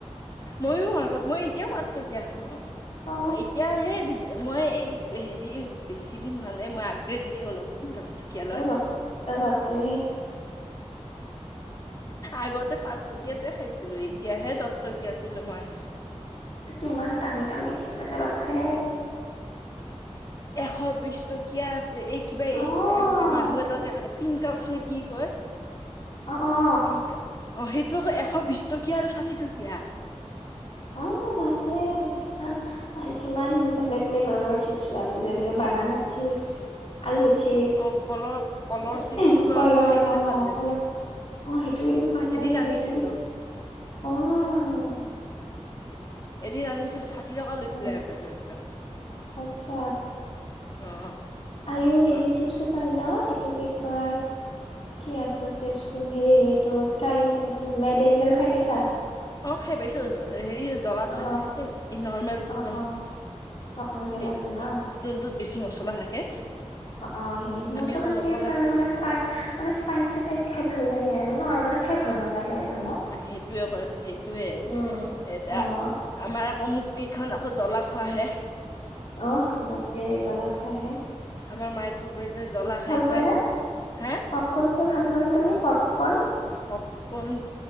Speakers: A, on the left (about 35°); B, on the left (about 50°).
A: ময়ো আগত মই এতিয়াও পাঁচটকীয়া খাওঁ।
B: অ
A: এতিয়া সে ৰিচ মই এই। হেৰি বেছি দিন হোৱা নাই মই আপগ্ৰেড হৈছো অলপমান দছ। কীয়া লৈ
B: অ বাপৰে অ বাপৰে
A: আগতে পাঁচটকীয়াতয়ে খাইছ- লৈ এতিয়াহে দছ টকী- ইয়াত তোলে মই আহি।
B: কিমান দামী- দামী চিপ আছে বাপ্ৰে।
A: এশ বিশ টকীয়া আছে এই কিবা
B: অ
A: এই মানুহ এটা যে পিং। কাফ নে কি কয়।
B: অ অ।
A: পিংক অ সেইটো আকৌ এশ বিশ টকীয়া আৰু ষাঠি টকীয়া।
B: অ ভাপৰে কিমান। কিমান বেলেগ বেলেগ ধৰণৰ চিপছ আছে। যেনেকে বনানা। চিপছ আলু, চিপছ
A: অ কলৰ কলৰ চিপছটোতো
B: কলৰ,
A: আকৌ খাই কেনে
B: অ
A: সোৱাদ লাগে
B: কল আহ সেইটোৱে সোৱাদ
A: এদিন
B: লাগে
A: আনিছিলো
B: কিন্তু অহ
A: অ এদিন আনিছিলো ষাঠি টকা লৈছিলে
B: অ
A: এপেট টা।
B: আচ্ছা
A: অ
B: আৰু হেৰি
A: অ
B: চিপছো পাই ন? এইটো কি কয় কি আছিল চিপছটো হেৰি ত'ত তাইং মেডেংগল খাই পাইছা?
A: অ খাই পাইছো। হেৰি জলাটো
B: অ
A: খাই পাইছো দেই। এই নৰ্মেলটো
B: অ
A: পোৱা
B: অ অ অ জ্বলা
A: নাই।
B: জ্বলা
A: জোনটোত বেছি মছ জ্বলা থাকে।
B: অ, অ। সেই মচলাত
A: আমি আকৌ মছলা
B: আৰু মানে মানে স্পাই স্পাইচি টাইপ খাই ভাল লাগে আৰু। নৰ্মেল খাই ভাল
A: অ
B: নালাগে ইমান ন।
A: সেইটোৱে ক সেইটোৱে
B: উম।
A: এতিয়া
B: অ',
A: আমাৰ আকৌ মোক কেইখন আকৌ জ্বলা খোৱাহে
B: অ বাপৰে জ্বলা খোৱা হে।
A: আমাৰ মায়েটো গোটে জ্বলা খাই
B: পোৱা
A: খাই
B: নে?
A: হা
B: পপকৰ্ন খাই ভাল পোৱা নে তুমি পপকৰ্ন?
A: পপকন